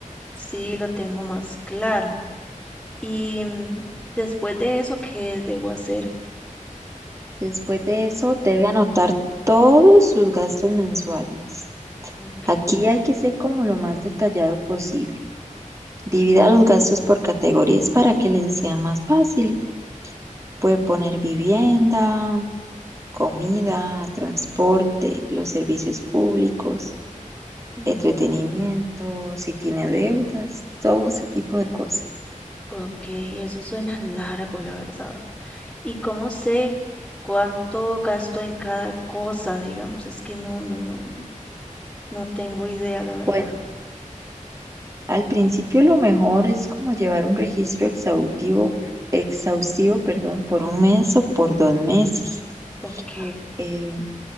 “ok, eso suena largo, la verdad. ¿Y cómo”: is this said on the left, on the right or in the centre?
Centre